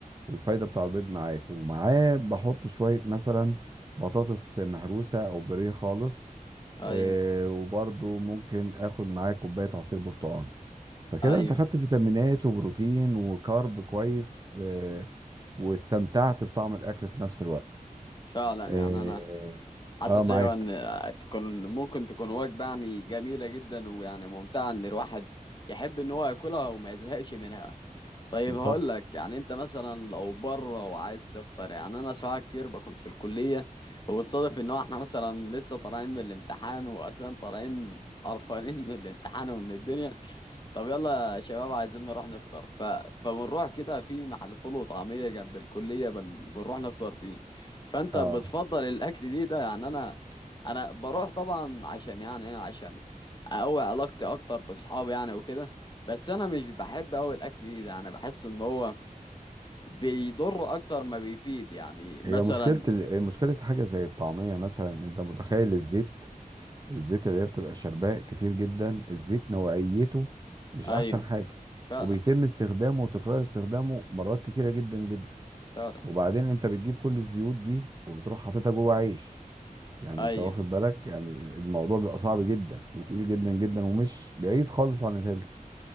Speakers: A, on the right (about 25°); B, on the left (about 30°).
A: والفايدة بتاع البيض معاك ومعاه بحط شوية مثلا بطاطس مهروسة أو بوريه خالص
B: ايوه
A: آه وبرضو ممكن آخد معاه كوباية عصير برتقال فكده
B: ايوه
A: أنت خدت فيتامينات وبروتين وكارب كويس آه واستمتعت بطعم الأكل في نفس الوقت
B: فعلا
A: آه,
B: يعني انا حاسس
A: آه معاك
B: ايوه ان تكون ممكن تكون وجبه يعني جميله جدا ويعني ممتعه ان الواحد يحب ان هو ياكلها وما يزهقش منها طيب
A: بالظبط
B: هقول لك يعني انت مثلا لو بره وعايز تفطر يعني انا ساعات كتير بكون في الكليه وبتصادف ان هو احنا مثلا لسه طالعين من الامتحان واصلا طالعين قرفانين من الامتحان ومن الدنيا طب يلا يا شباب عايزين نروح نفطر ف... فبنروح كده في محل فول وطعمية جنب الكلية بن... بنروح نفطر فيه فأنت
A: آه
B: بتفضل الأكل دي ده يعني أنا أنا بروح طبعا عشان يعني إيه عشان أقوي علاقتي أكتر بأصحابي يعني وكده بس أنا مش بحب أوي الأكل دي ده أنا بحس إن هو بيضر أكتر ما بيفيد يعني مثلا
A: هي مشكلة ال- مشكلة حاجة زي الطعمية مثلا أنت متخيل الزيت الزيت اللي هي بتبقى شرباء كتير جدا الزيت نوعيته مش
B: أيوه
A: احسن حاجة
B: فعلا
A: وبيتم استخدامه وتكرار استخدامه مرات كتيرة جدا جدا
B: فعلا
A: وبعدين انت بتجيب كل الزيوت دي وبتروح حاططها جوه عيش يعني
B: أيوه
A: انت واخد بالك يعني الموضوع بيبقى صعب جدا وتقيل جدا جدا ومش بعيد خالص عن الهيلثي